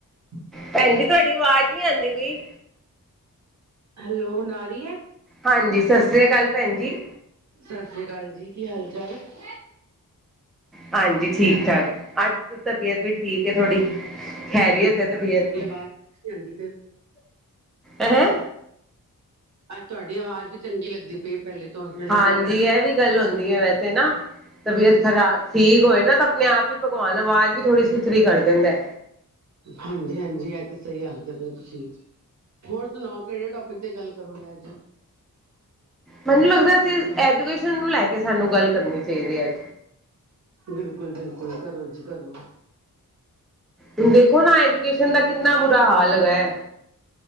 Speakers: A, on the right; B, in the centre.
A: <inaudible>
B: ਭੈਣਜੀ ਤੁਹਾਡੀ ਵਾਜ਼ ਨੀ ਆਂਦੀ ਪਈ।
A: ਹੈਲੋ, ਹੁਣ ਆਰੀ ਐ?
B: ਹਾਂਜੀ, ਸਤ ਸ੍ਰੀ ਕਾਲ ਭੈਣ ਜੀ।
A: ਸਤ ਸ਼੍ਰੀ ਕਾਲ ਜੀ, ਕੀ ਹਾਲ-ਚਾਲ ਏ।
B: ਹਾਂਜੀ, ਠੀਕ-ਠਾਕ। ਅੱਜ ਤਬੀਅਤ ਵੀ ਠੀਕ ਹੈ ਥੋੜੀ। ਖੈਰੀਅਤ
A: ਚਲੋ
B: ਏ ਤਬੀਅਤ ਦੀ।
A: ਆਵਾਜ਼ ਆਂਦੀ ਪਈ
B: ਏ ਹੈ।
A: ਅੱਜ ਤੁਆਡੀ ਆਵਾਜ਼ ਵੀ ਚੰਗੀ ਲੱਗਦੀ ਪਈ ਪਹਿਲੇ ਤੋਂ ਨਜ਼ਰ
B: ਹਾਂਜੀ
A: ਨਾ ਲੱਗ
B: ਇਹ ਵੀ ਗੱਲ ਹੁੰਦੀ ਏ ਵੈਸੇ ਨਾ, ਤਬੀਅਤ ਖਰਾਬ ਠੀਕ ਹੋਏ ਨਾ ਤਾਂ ਆਪਣੇ ਆਪ ਫੇਰ ਭਗਵਾਨ ਆਵਾਜ਼ ਵੀ ਥੋੜ੍ਹੀ ਸੁਥਰੀ ਕਰ ਦੇਂਦਾਏ।
A: ਹਾਂਜੀ-ਹਾਂਜੀ ਏਹ ਤੇ ਸਹੀ ਆਖਦੇ ਪਏ ਤੁਸੀਂ ਹੋਰ ਸੁਣਾਓ ਕੇੜੇ ਟੋਪਿਕ ਤੇ ਗੱਲ ਕਰੋਗੇ ਅੱਜ?
B: ਮੈਨੂੰ ਲੱਗਦਾ ਸੀ ਐਜੂਕੇਸ਼ਨ ਨੂੰ ਲੈ ਕੇ ਸਾਨੂੰ ਗੱਲ ਕਰਨੀ ਚਾਈਦੀ ਏ ਆਜ
A: ਬਿਲਕੁਲ-ਬਿਲਕੁਲ, ਕਰੋ ਜੀ ਕਰੋ
B: ਹੁਨ ਦੇਖੋ ਨਾ ਐਜੂਕੇਸ਼ਨ ਦਾ ਕਿੰਨਾ ਬੁਰਾ ਹਾਲ ਅਗਾ ਏ।